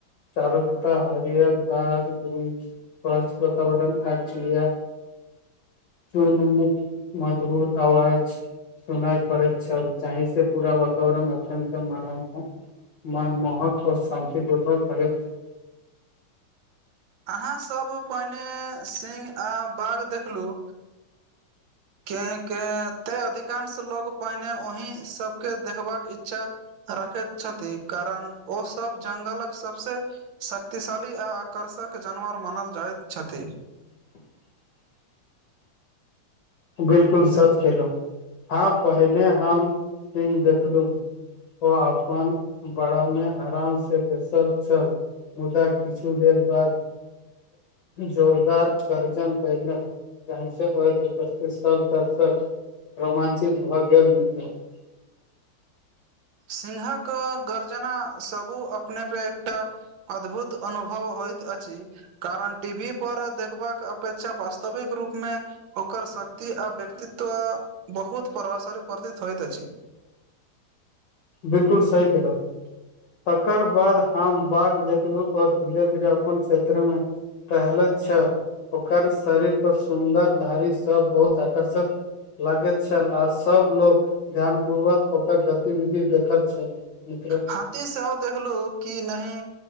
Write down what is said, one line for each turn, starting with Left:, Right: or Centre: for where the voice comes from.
Left: चारुकता हारियर गाछ वृक्ष स्वच्छ वातावरण आ चिड़िया चुन मुख मधुर आवाज सुनाइ पड़ैत छल जाहि से पूरा वातावरण अत्यंत मानल छै मन मोहक ओ शान्तिपूर्वक लगैत
Right: अहाँसभ पहिने सिंह आ बाघ देखलूँ केँ केँ ते अधिकांश लोग पहिने ओहि सबके देखबाक इच्छा रखैत छथि कारण ओ सब जंगलक सबसँ शक्तिशाली आ आकर्षक जानवर मानल जाइत छथि
Left: <inaudible> बिलकुल सच कहलहु आ पहिने हम सिंह देखलहु ओ अपन बड़ामे आराम से बैसल छल मुदा किछु देर बाद जोरदार गरजन कयलक जाहिसँ स्थित सब दर्शक रोमांचित भऽ गेल मित्र <inaudible>
Right: सिंहक गर्जना सबू अपने पे एकटा अद्भुत अनुभव होइत अछि कारण टी वी पर देखबाक अपेक्षा वास्तविक रूपमे ओकर शक्ति आ व्यक्तित्व बहुत परभासे परर्धित होइत अछि
Left: बिल्कुल सही केहलौं तकर बाद हम बाघ देखलू तऽ धीरे धीरे अपन क्षेत्रमे टहलैत छल ओकर शरीर पर सुन्दर धारी सब बहुत आकर्षक लागैत छल आ सब लोक ध्यान पूर्वक ओकर गतिविधि देखैत छल मित्र
Right: हाथी सेहो देखलू कि नहि